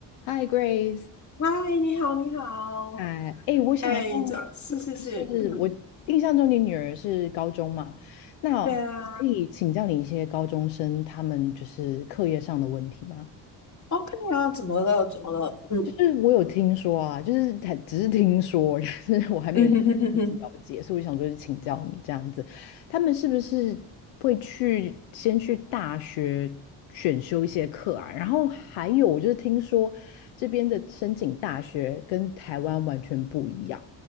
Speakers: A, on the left (about 70°); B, on the left (about 35°).
A: Hi Grace，
B: 嗨，你好，你好，
A: 哎，哎，我想要，
B: 哎，这是是是，
A: 就是我印象中你女儿是高中嘛，
B: 嗯，
A: 那可以请教你一些高中生他们就是课业上的问题吗？
B: 对啊，OK 啊，怎么了？怎么了？嗯
A: 就是我有听说啊，就是他只是听说，<laughs> 就是我还没有去
B: 嗯 <laughs> 嗯哼哼哼，
A: 了解，所以我想说是请教你这样子，他们是不是会去先去大学选修一些课啊？然后还有我就是听说这边的申请大学跟台湾完全不一样，